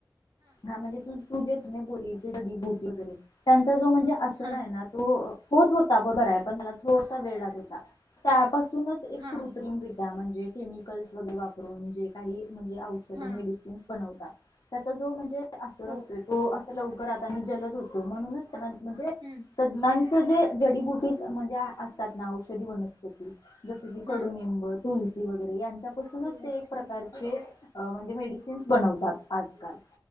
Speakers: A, on the left; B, on the right.
A: हा म्हणजे तू, तू जे तिने बोलीडी भूत वगैरे त्यांचा जो म्हणजे असर
B: हा
A: आहे ना तो होत होता बरोबर हाय पण त्याला थोडसा वेळ लागत होता त्यापासूनच एक
B: हा
A: कृत्रिम विक त्या म्हणजे केमिकल्स वगैरे वापरून, जे काही म्हणजे औषध
B: हा
A: मेडिसिन त्याचा जो म्हणजे अस
B: हो
A: असतो तो अस लवकर आता जलद होतो, म्हणूनच त्यांना म्हणजे
B: हम्म.
A: तज्ञांचं जे जडीबुटीस म्हणजे असतात ना औषधी वनस्पती जस की कडुनिंब
B: हा
A: तुळसी वगैरे यांच्यापासूनच
B: तू-
A: ते एक प्रकारचे म्हणजे मेडिसिन्स बनवतात आजकाल